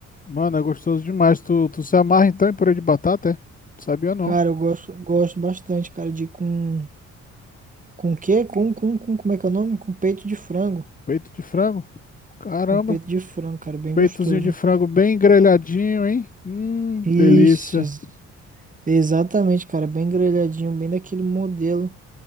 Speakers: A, on the left (about 25°); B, on the right (about 25°).
A: Mano, é gostoso demais. Tu, tu se amarra então em purê de batata, é? Sabia não.
B: Cara, eu gosto, gosto bastante, cara, de com com o quê? Com, com, com como é que é o nome? Com peito de frango.
A: Peito de frango? Caramba.
B: Com peito de frango, cara, bem
A: Peitozinho
B: gostoso.
A: de frango bem grelhadinho, hein? Hum,
B: Isso,
A: delícia.
B: Exatamente, cara, bem grelhadinho, bem daquele modelo.